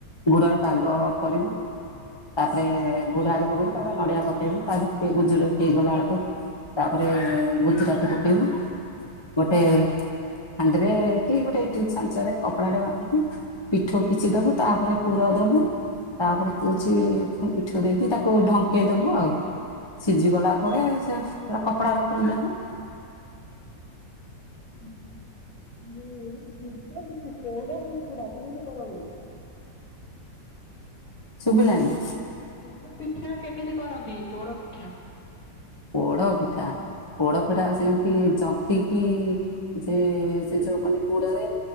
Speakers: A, on the left; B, on the left.
A: ଗୁଡରେ ପାଗ କରିବୁ ତାପରେ ଗୁଡ ଆଗେ ପକେଇବୁ ତାପରେ ନଡିଆ ପକେଇବୁ ତା ଦେରେ ଟିକେ ଗୁଜୁରାତି ହେଇଗଲା ବେଳକୁ ତାପରେ ଗୁଜୁରାତି ପଟେଇବୁ ଗୋଟେ ହାଣ୍ଡିରେ କି ଗୋଟେ ଇଟିଲ ଛାଞ୍ଚରେ କପଡାଟେ ବାନ୍ଧିକି ପିଠୋଉ କିଛି ଦବୁ ତାପରେ ପୁର ଦବୁ ତାପରେ ହଉଚି ପୁଣି ପି ଉ ଦେଇକି ତାକୁ ଢଙ୍କେଇ ଦବୁ ଆଉ ସିଝିଗଲା ପରେ ସେ ପୁରା କପଡାରେ ଖୋଲିଦବୁ।
B: ହୁଁ ହୁଁ ଏ ଯୋଉ ସିଜା ପିଠା ପୋଡ ପିଠା ଟା କେମିତି କରନ୍ତି।
A: ଶୁଭିଲାନି।
B: ପୋଡ ପିଠା କେମିତି କରନ୍ତି ପୋଡ ପିଠା?
A: ପୋଡ ପିଠା ପୋଡ ପିଠା
B: ହୁଁ
A: ସେମିତି ଜ ତିକି ଯେ ସେ ଯୋଉ କନ୍ତି ଗୁଡରେ